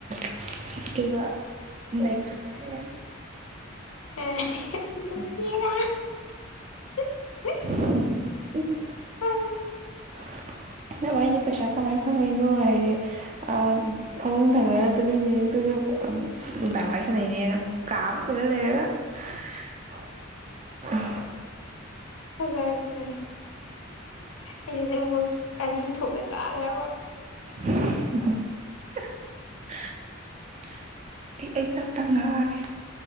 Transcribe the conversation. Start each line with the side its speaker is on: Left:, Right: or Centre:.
Right: <unintelligible> <unintelligible>
Left: ꯑꯦ <unintelligible>
Right: <unintelligible>
Left: ꯑꯥ,
Right: ꯅꯃꯣꯥꯏꯅꯤ ꯄꯩꯁꯥ ꯀꯃꯥꯏꯅ ꯐꯪꯉꯤꯅꯣ ꯍꯥꯏ ꯑꯥ ꯐꯃꯨꯡ ꯊꯪꯅꯔ ꯇꯨꯃꯤꯟꯅꯩ ꯑꯗꯨꯒ ꯅꯨꯡꯗꯥꯡ ꯋꯥꯔꯤ ꯁꯥꯅꯩꯅꯦꯅ ꯀꯥ ꯑꯃꯇꯗ ꯂꯩꯔꯒ꯫ <unintelligible>
Left: ꯐꯖꯔꯦ ꯐꯖꯔꯦ ꯑꯩꯁꯦ ꯅꯪ ꯕꯣꯏꯁ ꯑꯅꯤ ꯊꯣꯛꯅ ꯇꯥꯔꯦ ꯍꯥꯏꯕ
Right: <unintelligible> ꯑꯩ ꯑꯩ ꯇꯝ ꯇꯝ ꯉꯥꯡꯉꯛꯑꯒꯦ